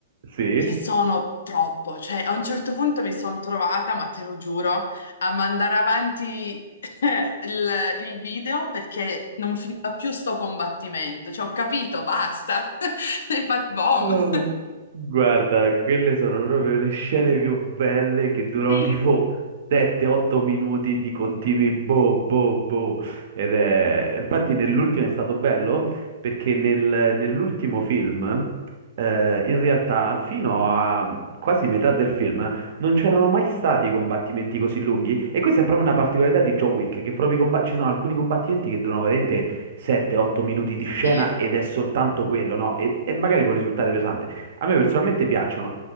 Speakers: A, on the right; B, on the left.
A: Sì.
B: che sono troppo, cioè a un certo punto mi sono trovata, ma te lo giuro, a mandare avanti eh, il, il video perché non finiva più sto combattimento, cioè ho capito,
A: <laughs>
B: basta, <laughs> hai fatto bom.
A: Ah, Guarda, quelle sono proprio le scene più belle che durano
B: Sì.
A: tipo
B: <laughs>
A: 7-8 minuti di continui boh boh boh. Ed è... Infatti nell'ultimo è stato bello perché nel- nell'ultimo film, eh, in realtà fino a quasi metà del film non c'erano mai stati combattimenti così lunghi. E questa è proprio una particolarità di John Wick, che proprio i comba- ci sono alcuni combattimenti che durano veramente 7-8 minuti di scena
B: Sì,
A: ed è soltanto quello, no? E, e magari può risultare pesante. A me personalmente piacciono.